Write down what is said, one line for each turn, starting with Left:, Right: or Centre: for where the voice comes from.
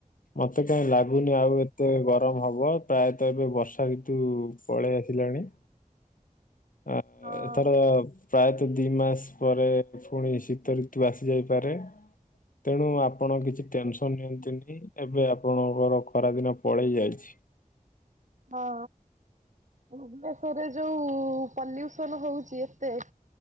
Left: ମତେ କାହିଁ ଲାଗୁନି ଆଉ ଏତେ ଗରମ ହବ, ପ୍ରାୟତଃ ଏବେ ବର୍ଷା ଋତୁ ପଳେଇ ଆସିଲାଣି। ଆ
Right: ହଁ
Left: ଏଥର ପ୍ରାୟତଃ ଦି ମାସ ପରେ ଫୁଣି ଶୀତ ଋତୁ ଆସି ଯାଇପାରେ। ତେଣୁ ଆପଣ କିଛି ଟେନସନ ନିଅନ୍ତୁନି। ଏବେ ଆପଣଙ୍କର ଖରାଦିନ ପଳେଇ ଯାଇଛି।
Right: ହଁ ଭୁବନେଶ୍ଵରରେ ଯୋଉ ପଲ୍ୟୁସନ ହଉଛି ଏତେ